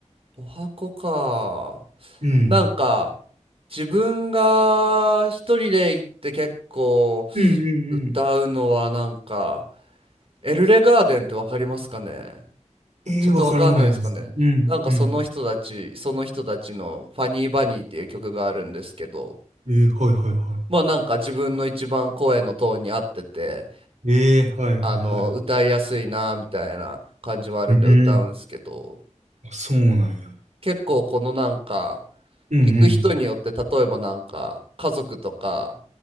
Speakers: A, on the right; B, on the right.
A: お箱か。
B: うん。
A: なんか、自分が一人で行って結構
B: うんうんうん。
A: 歌うのはなんか、エルレガーデンってわかりますかね
B: ええわからないです。
A: ちょっとわかんないですかね。
B: うんうん。
A: なんかその人たち、その人たちのファニーバニーっていう曲があるんですけど、
B: ええはいはいはい。
A: まあなんか自分の一番声のトーンに合ってて、
B: ええはいはいは
A: あの歌いやすいなみたいな感じはあるんで歌うんですけど
B: い。うんあそうなんや。
A: 結構このなんか
B: うんうん。
A: 行く人によって例えばなんか家族とか